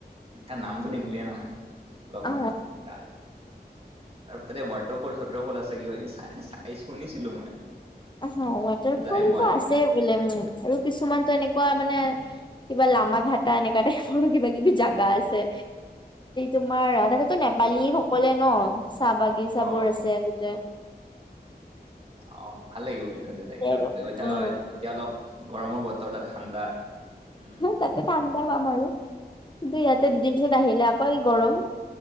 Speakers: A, on the right (about 35°); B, on the left (about 25°).
A: ত নামটো নিমিলিয়ে নহয় অলপ
B: অ
A: দ আৰু তাতে ৱাটাৰফল চটৰফল আছে কি হয় চাই চাই শুনিছিলো মই
B: আহ ৱাটাৰ
A: যাই
B: ফলটো
A: পোৱা নাই
B: আছে বোলে মোৰ আৰু কিছুমানতো এনেকুৱা মানে কিবা লামা ঘাটা এনেকুৱা টাইপৰো কিবা কিবি জাগা আছে তোমাৰ তাতেতো নেপালী সকলে ন চাহ বাগিচাবোৰ
A: অ
B: আছে গোতে
A: অ ভাল লাগিব কিন্তু তাতে জাইকেনে
B: আৰু
A: এতিয়া
B: উম
A: এতিয়া অলপ গৰমৰ বতৰ তাত ঠাণ্ডা উম
B: তাতে ঠাণ্ডা পাম আৰু কিন্তু ইয়াতে দুদিনটোত আহিলে আকৌ গৰম